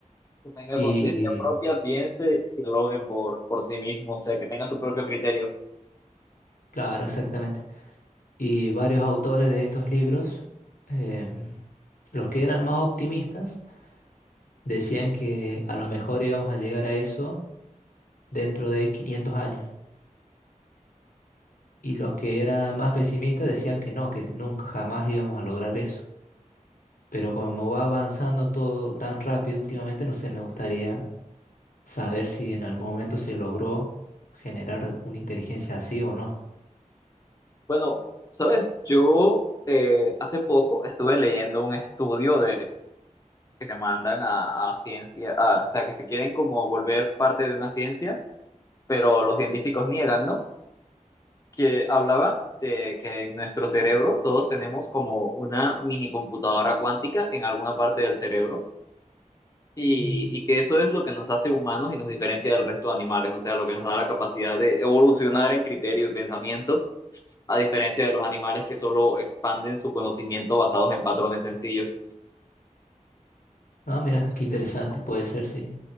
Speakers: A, on the left; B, on the left.
A: Que tenga
B: Y
A: conciencia propia, piense y lo logre por, por sí mismo, o sea, que tenga su propio criterio.
B: claro, exactamente. Y varios autores de estos libros, eh, los que eran más optimistas, decían que a lo mejor íbamos a llegar a eso dentro de 500 años. Y los que eran más pesimistas decían que no, que nunca jamás íbamos a lograr eso. Pero como va avanzando todo tan rápido últimamente, no sé, me gustaría saber si en algún momento se logró generar una inteligencia así o no.
A: Bueno, sabes, yo eh, hace poco estuve leyendo un estudio de que se mandan a, a ciencia, a- o sea, que se quieren como volver parte de una ciencia, pero los científicos niegan, ¿no? Que hablaba de que en nuestro cerebro todos tenemos como una mini computadora cuántica en alguna parte del cerebro y,
B: Mm.
A: y que eso es lo que nos hace humanos y nos diferencia del resto de animales, o sea, lo que nos da la capacidad de evolucionar en criterio y pensamiento a diferencia de los animales que solo expanden su conocimiento basados en patrones sencillos.
B: Ah, mira,
A: Entonces,
B: qué interesante puede ser, sí.